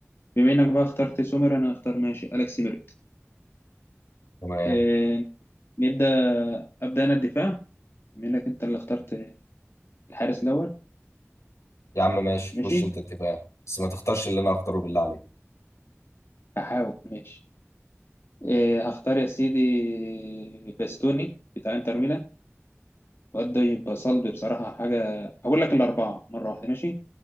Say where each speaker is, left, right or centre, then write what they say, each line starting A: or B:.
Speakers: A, on the left; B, on the left.
A: بما إنك بقى اخترت سومر أنا هختار ماشي أليكس ميريت
B: تمام
A: إيه نبدأ أبدأ أنا الدفاع بما إنك أنت اللي اخترت الحارس الأول
B: يا عم ماشي
A: ماشي
B: خش أنت اتفاق بس ما تختارش اللي أنا هختاره بالله عليك
A: هحاول ماشي إيه، هختار يا سيدي باستوني بتاع انتر ميلان الواد ده يبقى صلب بصراحة حاجة هقول لك الأربعة مرة واحدة ماشي